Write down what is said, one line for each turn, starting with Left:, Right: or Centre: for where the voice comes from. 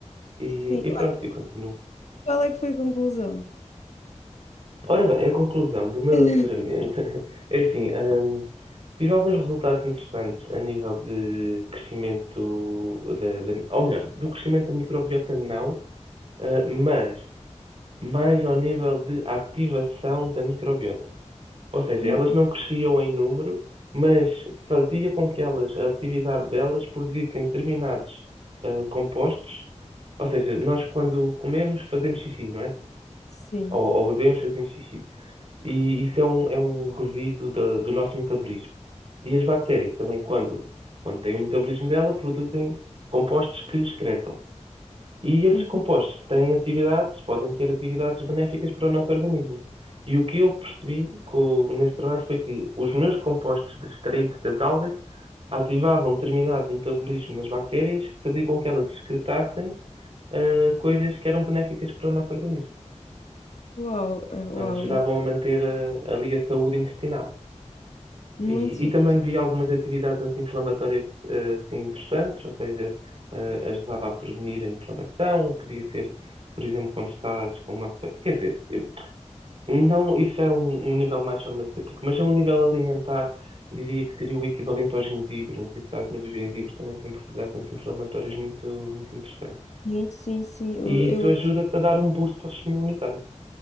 Right: E,
Left: Sim.
Right: e pronto,
Left: Olha,
Right: e continuo.
Left: qual é que foi a conclusão?
Right: Ora bem, a conclusão do meu
Left: <laughs>
Right: doutoramento <laughs> é assim, hum, tive alguns resultados interessantes a nível de crescimento, da, da- ou melhor, do crescimento da microbiota não, ah, mas mais ao nível de ativação da microbiota. Ou seja,
Left: Hum,
Right: elas não cresciam em número, mas fazia com que elas, a atividade delas, produzissem determinados eh, compostos. Ou seja, nós quando comemos fazemos xixi, não é?
Left: Sim.
Right: Ou, ou bebemos fazemos xixi. E isso é um, é um resíduo da- do nosso metabolismo. E as bactérias também, quando, quando têm o metabolismo dela, produzem compostos que excretam. E esses
Left: Uhum.
Right: compostos têm atividades, podem ter atividades benéficas para o nosso organismo. E o que eu percebi co- nesse trabalho foi que os meus compostos extraídos das algas ativavam determinado metabolismo nas bactérias que fazia com que elas excretassem ah, coisas que eram benéficas para o nosso organismo.
Left: Uau, eh,
Right: Ajudavam
Left: uau, in-
Right: a manter a- ali a saúde intestinal.
Left: muito
Right: E, e
Left: fixe.
Right: também vi algumas atividades anti-inflamatórias eh, assim, interessantes, ou seja, eh, ajudava a prevenir a inflamação, podia ser, por exemplo, quando estás com uma. fe- Quer dizer, eu- não, isso é um, um nível mais farmacêutico, mas é um nível alimentar, eu diria que seria o equivalente ao gengibre. Não sei se sabes, mas o gengibre também tem propriedades anti-inflamatórias muito, muito interessantes.
Left: Sim, sim, sim. Eu,
Right: E
Left: eu-
Right: isso ajuda-te a dar um boost ao sistema imunitário.